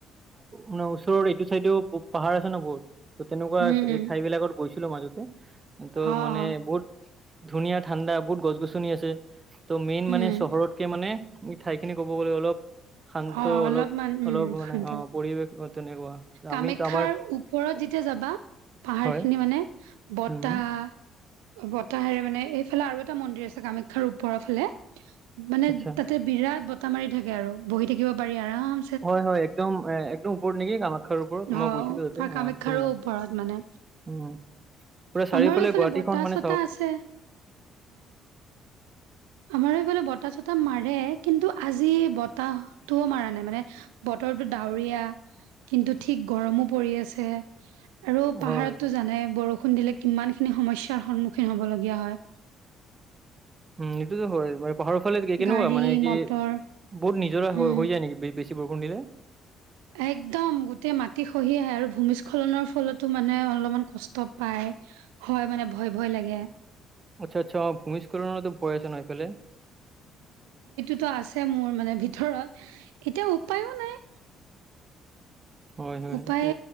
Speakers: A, on the right; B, on the right.
A: মানাৰ ওচৰৰ এইটো চাইডেও পাহাৰ আছে ন বহুত ত তেনেকুৱা
B: উম উম
A: ঠাই বিলাকত গৈছো। মাজতে তো
B: অ
A: মানে
B: অ
A: বহুত ধুনীয়া ঠাণ্ডা বহুত গছ গছনি আছে। ত' মেইন মানে
B: উম
A: চহৰতকে মানে ঠাইখিনি ক'ব গ'লে অলপ। শান্ত
B: অ অলপমান
A: অলপ,
B: উম
A: অলপ মানে
B: শান্ত
A: অ পৰিৱেশ তেনেকুৱা।
B: কামাখ্যাৰ
A: আমি তো আমাৰ
B: ওপৰত যেতিয়া যাবা পাহাৰ
A: হয়
B: খিনি মানে বতাহ।
A: উম
B: বতাহেৰে মানে এইফালে আৰু এটা মন্দিৰ আছে কামাখ্যাৰ ওপৰৰ ফালে। মানে
A: আচ্ছা
B: তাতে বিৰাট বতাহ মাৰি থাকে আৰু বহি থাকিব পাৰি আৰাম।
A: হয়, হয় একদম, একদম। ওপৰত নেকি কামাখ্যাৰ ওপৰত
B: অ
A: মই গৈছিলো তাতে
B: কামাখ্যাৰো
A: অ', ধুনীয়া
B: ওপৰত মানে
A: উম। পুৰা চাৰিওফালে
B: আমাৰো এইফালে
A: গুৱাহাটীখন
B: বতাহ
A: মানে।
B: চতাহ আছে আমাৰ এইফালে বতাহ চতাহ মাৰে কিন্তু আজি বতাহটোও মাৰ নাই মানে। বতৰটো ডাৱৰীয়া কিন্তু ঠিক গৰমো পৰি আছে। আৰু
A: হয়।
B: পাহাৰত টো জানে বৰষুণ। বৰষুণ দিলে কিমান খিনি সমস্যাৰ সন্মুখীন হ'বলগীয়া হয়।
A: উম, এইটোতো হয় পাহাৰৰ ফালে কেনেকুৱা
B: গাড়ী
A: মানে কি
B: মটৰ
A: বহুত নিজৰা হৈ
B: উম
A: যায় নে বেছি। বেছি বৰষুণ দিলে।
B: একদম গোটেই মাটি খহি আহে আৰু মানে ভূমিস্খলন ৰ ফলতো মানে অলপ মান কষ্ট পাই। হয়, মানে ভয়, ভয় লাগে।
A: আচ্ছা, আচ্ছা ভূমিস্খলনৰতো ভয় আছে ন এইফালে।
B: তটো আছে মোৰ মানে ভিতৰত এতিয়া উপায়ো নাই।
A: হয়, হয়
B: উপায়
A: এইটো,